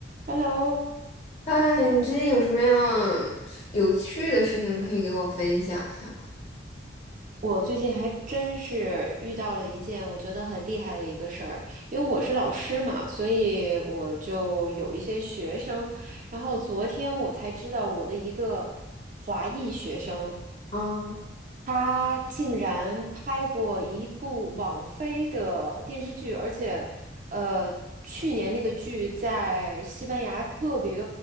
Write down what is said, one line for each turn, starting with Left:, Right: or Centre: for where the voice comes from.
Right: Hello，
Left: 哎，你最近有什么样有趣的事情可以给我分享一下吗？
Right: 我最近还真是遇到了一件我觉得很厉害的一个事儿，因为我是老师嘛，所以我就有一些学生，然后昨天我才知道我的一个华裔学生，
Left: 啊，
Right: 他竟然拍过一部网飞的电视剧，而且，呃，去年那个剧在西班牙特别